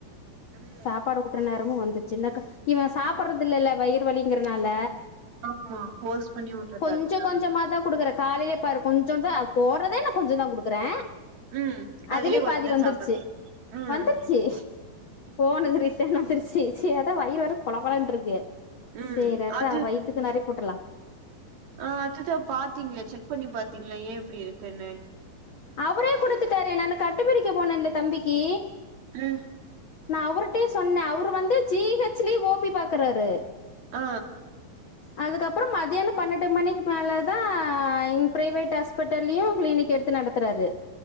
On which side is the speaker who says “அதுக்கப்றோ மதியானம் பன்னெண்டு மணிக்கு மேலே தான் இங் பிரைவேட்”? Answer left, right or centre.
Left